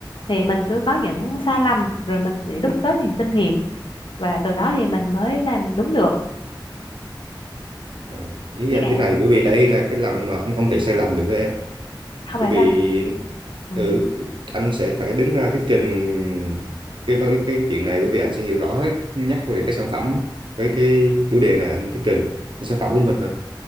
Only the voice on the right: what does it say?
à, ý
anh
thế này bởi vì đây là cái lần mà anh không thể sai lầm được với em
bởi vì
ừ, anh sẽ phải đứng ra thuyết trình cái cái cái chuyện này bởi vì anh sẽ hiểu rõ hết nhắc về cái sản phẩm với cái chủ đề này anh thuyết trình cái sản phẩm của mình mà